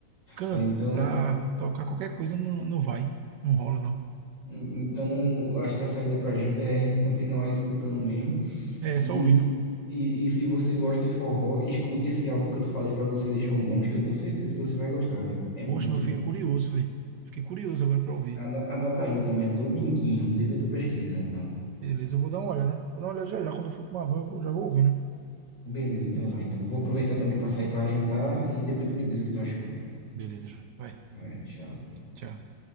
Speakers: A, on the right; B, on the left.
A: Cantar,
B: É, então,
A: tocar qualquer coisa não, não vai. Não rola, não.
B: hum, então, eu acho que a saída pra gente é a gente continuar escutando mesmo
A: É
B: E,
A: só ouvindo.
B: e, e se você gosta de forró, escute esse álbum que eu falei pra você de João Gomes, que eu tenho certeza que você vai gostar, velho. É muito
A: Poxa, meu, fiquei
B: bom.
A: curioso, velho. Fiquei curioso agora pra ouvir.
B: Ano- Anota aí o nome, é Dominguinho. Depois tu pesquisa, então.
A: Beleza, eu vou dar uma olhada. né? Vou dar uma olhada já já. Quando eu for tomar banho, eu vou- já vou ouvindo.
B: Beleza, então
A: Beleza,
B: vai. Então vou aproveitar também pra sair pra jantar e depois tu me diz o que tu achou.
A: Beleza, vai.
B: Vai, tchau.
A: Tchau.